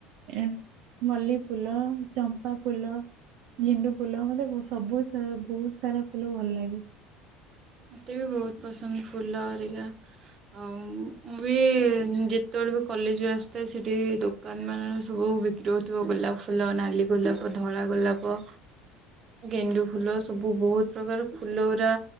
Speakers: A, on the right; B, on the right.
A: ଏ ମଲ୍ଲ ଫୁଲ ଚମ୍ପା ଫୁଲ ଗେଣ୍ଡୁ ଫୁ ଫୁଲ ମତେ ସବୁ ସ୍ ବହୁତ ସାରା ଫୁଲ ଭଲ ଲାଗେ।
B: ମୋତେ ବି ବହୁତ ପସନ୍ଦ ଫୁଲ ହେରିକା ଆ ମୁଁ ବି ଯେତେବେଳେ ବି କଲେଜରୁ ଆସିଥାଏ ସେଠି ଦୋକାନ ମାନରେ ସବୁ ବିକ୍ରି ହଉଥିବ ଗୋଲାପ ଫୁଲ ନାଲି ଗୋଲାପ ଧଳା ଗୋଲାପ ଗେଣ୍ଡୁ ଫୁଲ ସବୁ ବହୁତ ପ୍ରକାର ଫୁଲ ଗୁରା